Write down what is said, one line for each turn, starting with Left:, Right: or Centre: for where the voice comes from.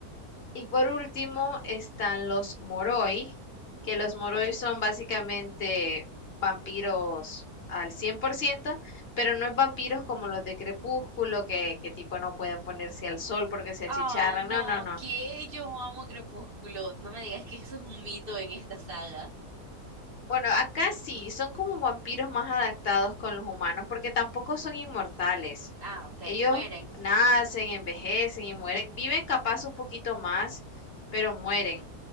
Left: Y por último están los Moroi, que los Moroi son básicamente vampiros al 100%, pero no es vampiros como los de Crepúsculo, que, que tipo no pueden ponerse al sol porque se achicharran.
Right: Ah, no,
Left: No, no, no.
Right: que yo amo Crepúsculo. No me digas que eso es un mito en esta saga.
Left: Bueno, acá sí, son como vampiros más adaptados con los humanos, porque tampoco son inmortales.
Right: Ah, ok,
Left: Ellos
Right: mueren.
Left: nacen, envejecen y mueren. Viven capaz un poquito más, pero mueren.